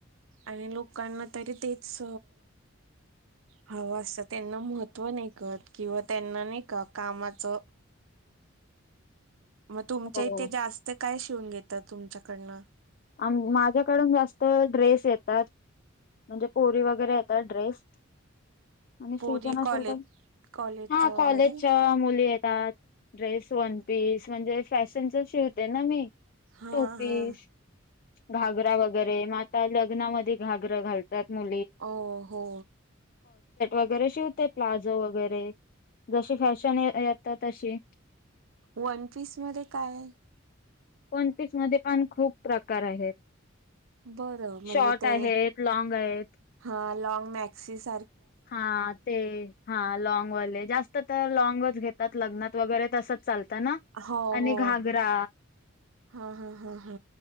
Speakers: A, on the right (about 75°); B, on the left (about 45°).
A: आणि लोक कांना तरी तेच हवं असं त्यांना महत्व नाइ कर किंवा त्यांना नाइ का कामाचं म तुमच्या
B: हो.
A: इथे जास्त काय शिवून घेतात तुमच्याकडनं
B: आ म माझ्याकडूनं जास्त ड्रेस येतात. म्हणजे पोरी वगरे येतात ड्रेस आणि
A: पोरी
B: सीझन
A: कॉलेज
B: असेल तर
A: कॉलेजच्या
B: हा कॉलेजच्या
A: वगैरे
B: मुली आहेत ड्रेस वन पीस म्हणजे फॅशनच श ना मी
A: हा
B: टू पीस
A: हा
B: घागरा वगैरे मग आता लग्नामध्ये घागर घालतो मु
A: ओ हो
B: वगैरे शिवते प्लाझो वगैरे जशी फॅशन येत तशी
A: वनपीस मध्ये काय आहे
B: पनपीस मध्ये पण खूप प्रकार आहेत
A: बर म्हणजे
B: शॉर्ट
A: ते
B: आहेत लॉंग आहेत
A: ह लंग मॅक्सी स
B: हा ते हा लॉगवाले जास्त तर लँंगच घेतात लग्नात वगैरे तसंच चालत ना
A: हो
B: आणि
A: हो
B: घागरा
A: हा हा हा हा